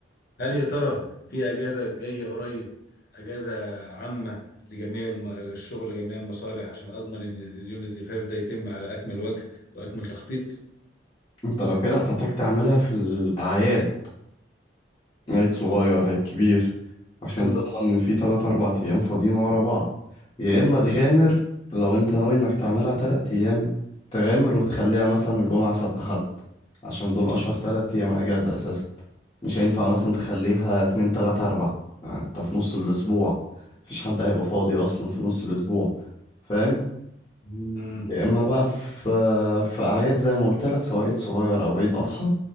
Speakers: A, on the left; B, on the left.
A: هل يا ترى في اجازه جايه قريب اجازه عامه لجميع الم- الشغل لجميع المصالح عشان اضمن ان يوم الزفاف ده يتم على اكمل وجه واكمل تخطيط
B: انت لو كده هتحتاج تعملها في الأعياد عيد صغير عيد كبير عشان
A: حلوه
B: تضمن ان في تلات أربع أيام فاضيين ورا بعض يا إما تغامر لو انت ناوي انك تعملها تلات أيام تغامر وتخليها مثلا جمعة سبت حد عشان دول أشهر تلات أيام أجازة أساسا مش هينفع مثلا تخليها اتنين تلاتة أربع يعني انت في نص الأسبوع مفيش حد هيبقى فاضي أصلا في نص الأسبوع فاهم
A: امم
B: يا اما بقى في في اعياد زي ما قلت لك سواء عيد صغير او عيد اضحى